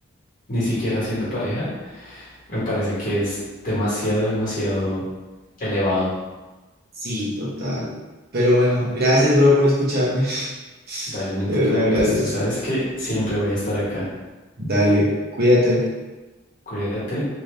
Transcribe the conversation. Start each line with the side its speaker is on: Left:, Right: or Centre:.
Left: ni siquiera siendo pareja, me parece que es demasiado, demasiado elevado.
Right: Sí, total. Pero bueno, gracias, bro, por escucharme. <laughs>
Left: Dale, no
Right: De
Left: te
Right: verdad,
Left: preocupes,
Right: gracias.
Left: tú sabes que siempre voy a estar acá.
Right: Dale, cuídate.
Left: Cuídate.